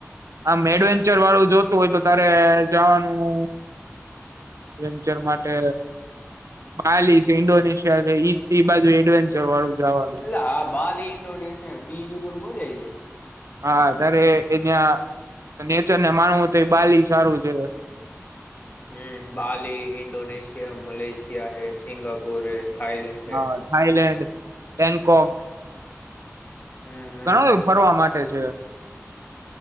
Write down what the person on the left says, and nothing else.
એટ હા બાલી ઇન્ડોનેશિયા બીજ ઉપર મજ જાય.
હમ બાલી ઇન્ડોનેશિયા મલેશિયા હૈ. સિંગાપુર હૈ. થાઈલન્ડ
હૈ
હમ હમ